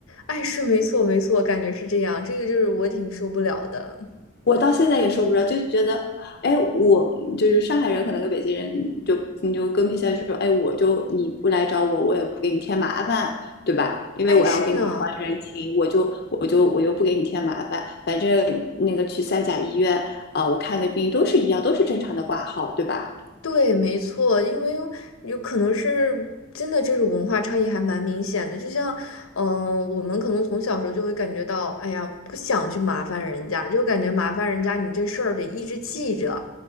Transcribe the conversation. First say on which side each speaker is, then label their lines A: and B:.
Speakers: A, on the left; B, on the left.
A: 哎是没错没错，感觉是这样，这个就是我挺受不了的。
B: 我到现在也说不着，就觉得，哎，我就是上海人，可能跟北京人就你就更偏向于说，哎，我就你不来找我，我也不给你添麻烦，对吧？因为我要给你还人情，
A: 碍事呢？
B: 我就我就我就不给你添麻烦，反正那个去三甲医院啊、我看个病都是一样，都是正常的挂号，对吧？
A: 对，没错，因为有可能是真的，这种文化差异还蛮明显的。就像，嗯、我们可能从小时候就会感觉到，哎呀，不想去麻烦人家，就感觉麻烦人家，你这事儿得一直记着，